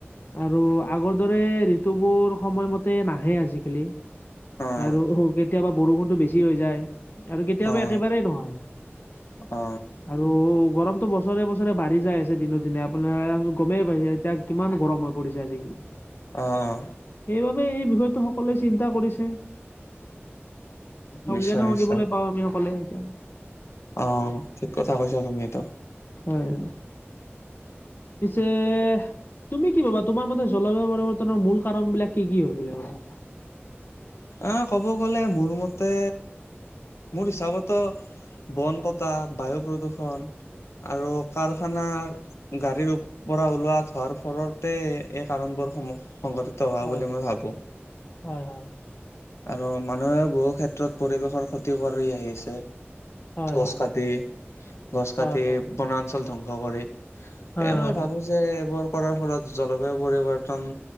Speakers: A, on the left; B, on the left.
A: আৰু আগৰ দৰে ঋতুবোৰ সময়মতে নাহে আজিকালি।
B: অ',
A: আৰু হো কেতিয়াবা বৰষুণতো বেছি হৈ যায় আৰু কেতিয়াবা
B: অ',
A: একেবাৰেই নহয়।
B: অ
A: আৰু গৰমতটো বছৰে বছৰে বাঢ়ি যাই আছে দিনক দিনে আপোনাৰ গমেই এতিয়া কিমান গৰম হৈ পৰিছে আজিকালি।
B: অঁ।
A: সেইবাবে এই বিষয়টো সকলোৱে চিন্তা কৰিছে। সং
B: নিশ্চয়
A: জানো শুনিবলৈ
B: নিশ্চয়।
A: পাওঁ আমি সকলোৱে এতিয়া।
B: অ ঠিক কথা কৈছা তুমিতো।
A: হয়। পিছে তুমি কি ভাবা তোমাৰ মতে জলবায়ু পৰিৱৰ্তনৰ মূল কাৰণ বিলাক কি কি হয় বুলি ভাবা?
B: আহ ক'ব গলে মোৰ মতে মোৰ হিচাপতো বন কটা, বায়ু প্ৰদূষণ আৰু কাৰখানাৰ গাড়ীৰ পৰা ওলোৱা ধোৱাৰ ফলতে এই কাৰণবোৰ সমূহ সংঘটিত হোৱা
A: হয়
B: বুলি মই ভাবোঁ।
A: হয় হয়।
B: আৰু মানুহেও বহু ক্ষেত্ৰত পৰিৱেশৰ ক্ষতি কৰি আহিছে।
A: হয় হয়
B: গছ
A: হয়
B: কাটি, গছ কাটি
A: হয়
B: বনাঞ্চল ধ্বংস কৰি
A: হয়
B: এ
A: হয়
B: মই ভাবো যে এইবোৰ কৰাৰ ফলত জলবায়ু পৰিৱৰ্তন